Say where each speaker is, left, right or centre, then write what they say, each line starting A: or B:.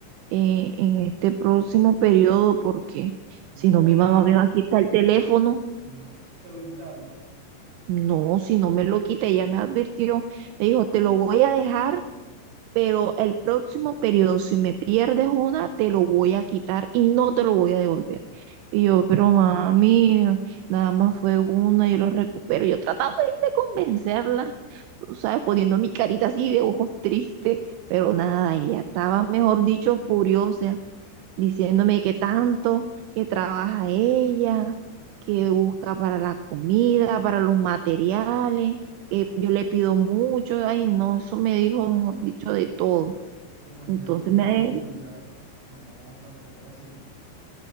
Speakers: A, on the right; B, on the right.
A: eh, en este próximo periodo porque si
B: No
A: no
B: va a
A: mi
B: haber
A: mamá
B: grado.
A: me va a quitar el teléfono.
B: No, te lo quitaron.
A: No, si no me lo quita, ella me advirtió. Me dijo, te lo voy a dejar pero el próximo periodo, si me pierdes una, te lo voy a quitar y no te lo voy a devolver. Y yo,
B: Mm.
A: pero mami, nada más fue una, yo lo recupero. Yo tratando ahí de convencerla, tú sabes, poniendo mi carita así de ojos tristes, pero nada, ella estaba, mejor dicho, furiosa diciéndome que tanto, que trabaja ella, que busca para la comida, para los materiales, que yo le pido mucho, ay no, eso me dijo, mejor dicho, de todo.
B: Pero imagínate
A: Entonces
B: uno
A: me,
B: sin celular. No, tampoco así.